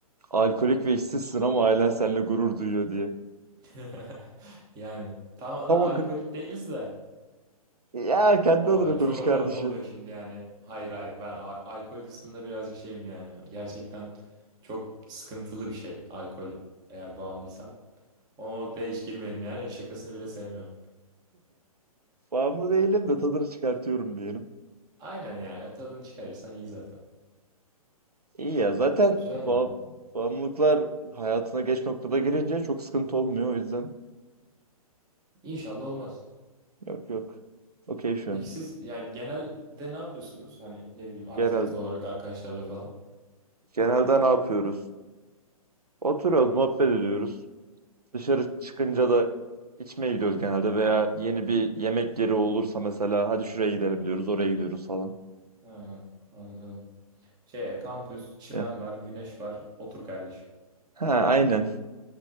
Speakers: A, on the right; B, on the right.
A: Alkolik ve işsizsin ama ailen seninle gurur duyuyor diye.
B: <laughs> Yani tam
A: Tam
B: da alkolik
A: o kız,
B: değiliz de.
A: ya kendi
B: O
A: adına konuş
B: çok abartı
A: kardeşim.
B: oluyor şimdi yani. Hayır hayır ben a- alkol kısmında birazcık şeyim yani. Gerçekten çok sıkıntılı bir şey alkol eğer bağımlıysan. O noktaya hiç girmeyelim yani şakasını bile sevmiyorum.
A: Bağımlı değilim de tadını çıkartıyorum diye.
B: Aynen yani tadını çıkarırsan iyi zaten.
A: İyi ya zaten
B: Güzel
A: ba-
B: ya.
A: bağımlılıklar hayatına geç noktada girince çok sıkıntı olmuyor o yüzden
B: İnşallah olmaz.
A: yok yok. Okey şu
B: Peki
A: an.
B: siz yani genelde ne yapıyorsunuz? Hani ne bileyim aktivite
A: Genel,
B: olarak arkadaşlarla falan.
A: genelde ne yapıyoruz? Oturuyoruz, muhabbet ediyoruz. Dışarı çıkınca da içmeye gidiyoruz genelde veya yeni bir yemek yeri olursa mesela hadi şuraya gidelim diyoruz, oraya gidiyoruz falan.
B: Ha, anladım. Şey kampüs, çimen
A: Eh,
B: var, güneş var. Otur kardeşim.
A: Ha aynen.